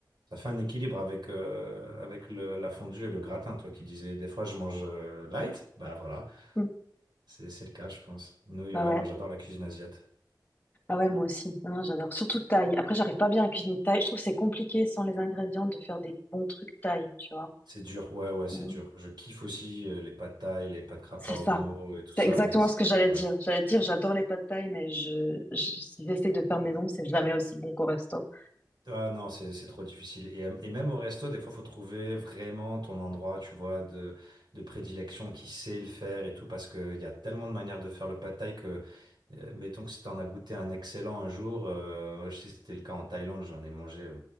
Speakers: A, on the right; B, on the left.
A: ça fait un équilibre avec euh, avec le- la fondue et le gratin. Toi qui disais des fois je mange euh, light, bah voilà,
B: Mm.
A: c'est c'est le cas, je pense. Nous, ouais,
B: Bah ouais.
A: non, j'adore la cuisine asiate.
B: Ah ouais, moi aussi. Non, non, j'adore. Surtout thaï. Après, j'arrive pas bien à cuisiner thaï. Je trouve que c'est compliqué sans les ingrédients de faire des bons trucs thaï, tu vois.
A: C'est dur. Ouais, ouais, c'est
B: Mm.
A: dur. Je kiffe aussi euh, les pâtes thaï, les pâtes krapa
B: C'est
A: au
B: ça.
A: mot et tout
B: C'est
A: ça,
B: exactement
A: mais c'est
B: ce que j'allais
A: ouais.
B: dire. J'allais dire, j'adore les pâtes thaï, mais je, je- si j'essaye de faire maison, c'est jamais aussi bon qu'au resto.
A: Ah non, c'est c'est trop difficile. Et, euh, et même au resto, des fois, faut trouver vraiment ton endroit, tu vois, de, de prédilection qui sait le faire et tout, parce qu'il y a tellement de manières de faire le pad thai que, euh, mettons que si t'en as goûté un excellent un jour, euh, je sais que c'était le cas en Thaïlande, j'en ai mangé euh,